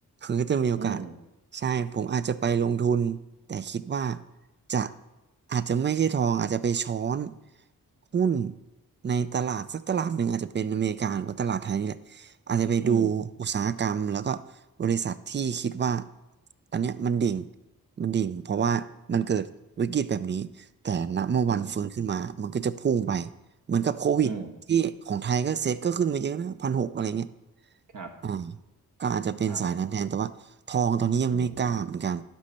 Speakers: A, on the right (about 30°); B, on the right (about 55°).
A: มันก็จะมีโอกาส
B: อืม
A: ใช่ผมอาจจะไปลงทุนแต่คิดว่าจะอาจจะไม่ใช่ทองอาจจะไปช้อนหุ้นในตลาดสักตลาดหนึ่งอาจจะเป็นอเมริกาหรือว่าตลาดไทยนี่แหละอาจจะไปดูอุตสาหกรรมแล้วก็บริษัทที่คิดว่า
B: อืม
A: ตอนเนี้ยมันดิ่งมันดิ่งเพราะว่ามันเกิดวิกฤตแบบนี้แต่ณเมื่อวันฟื้นขึ้นมามันก็จะพุ่งไป
B: อืม
A: เหมือนกับโควิดที่ของไทยก็เซ็ตก็ขึ้นมาเยอะนะพันหกอะไรเงี้ย
B: อืมครับ
A: อ่าก็อาจจะเป็นสายนั้นแทนแต่ว่าทองตอนนี้ยังไม่กล้าเหมือนกัน
B: ครับอืม